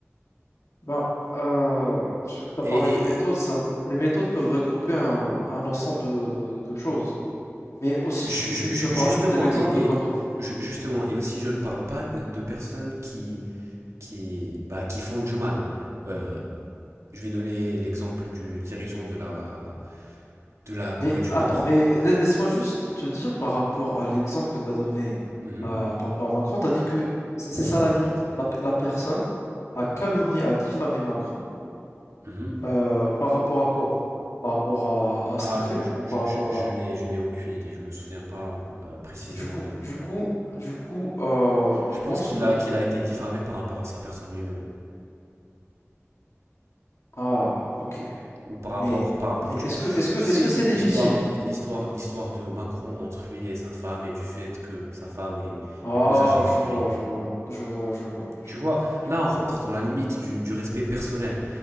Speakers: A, on the left; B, on the right.
A: ben, euh, tu as
B: Et,
A: parlé de méthodes,
B: et
A: ça, les méthodes peuvent regrouper un, un ensemble de, de- de- choses. Mais aussi,
B: ju-
A: tu,
B: ju-
A: tu- tu as parlé
B: justement,
A: de l'exemple
B: et,
A: de Macron.
B: et justement, et aussi je ne parle pas de, de personnes qui, qui, bah, qui font du mal. Euh, je vais donner l'exemple du dirigeant de la De la Corée
A: Mais
B: du
A: attends,
B: Nord
A: mais la- laisse-moi juste te dire par rapport à l'exemple que tu as donné
B: Mhm,
A: euh, par rapport à Macron, tu as dit que c'est c'est ça la limite. La, pe- la personne a calomnié, a diffamé Macron
B: mhm.
A: euh, par rapport à quoi? Par rapport à à
B: Ah,
A: ce qu'il fait
B: je,
A: ou
B: je-
A: par rapport
B: je- je
A: à
B: n'ai, je n'ai aucune idée. Je me souviens pas euh, précisément
A: du coup
B: de.
A: du coup du coup, heu,
B: Je
A: tu penses
B: pense qu'il
A: que
B: a, qu'il a été diffamé par rapport à sa personne lui-même.
A: ah OK,
B: Ou par rapport,
A: mais
B: par rapport.
A: mais est-ce
B: Tu,
A: que est-ce que
B: tu sais,
A: est-ce que
B: l'hi-
A: c'est légitime?
B: l'histoire, l'hi- l'histoire, l'histoire de Macron entre lui et sa femme et du fait que sa femme est,
A: Ah,
B: est plus âgée
A: je
B: que lui.
A: vois, je vois, je vois, je vois, je
B: Tu vois,
A: vois, je
B: là,
A: vois,
B: on rentre
A: je comprends.
B: dans la limite du, du respect personnel.